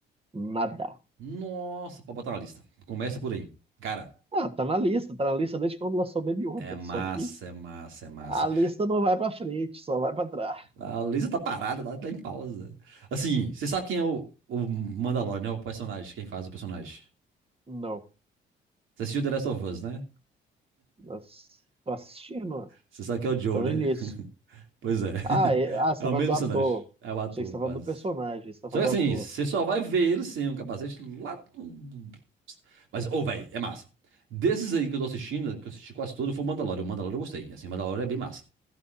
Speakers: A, on the right; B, on the right.
A: Nada.
B: Nossa, pra botar na lista. Começa por aí. Cara,
A: Ah, tá na lista, tá na lista desde quando lançou o Baby Yoda.
B: é massa,
A: Só que
B: é massa, é massa.
A: a lista não vai pra frente, só vai pra trás.
B: A Lisa tá parada, tá, tá em pausa. Assim, você sabe quem é o, o Mandalorian, né? O personagem, quem faz o personagem.
A: Não.
B: Você assistiu The Last of Us, né?
A: Mas tô assistindo, ó.
B: Você sabe que é o Joe,
A: tô no
B: né?
A: início.
B: Pois é. <laughs>
A: Ah, é- ah, você
B: É
A: tá
B: o
A: falando
B: mesmo
A: do
B: personagem.
A: ator.
B: É o ator,
A: Achei que você tá
B: quase.
A: falando do personagem, você tá
B: Só
A: falando
B: que assim,
A: do ator.
B: você só vai ver ele sem o capacete lá. no- Mas, ô, véi, é massa. Desses aí que eu tô assistindo, que eu assisti quase todo, foi o Mandalorian. O Mandalorian eu gostei. Assim, o Mandalorian é bem massa.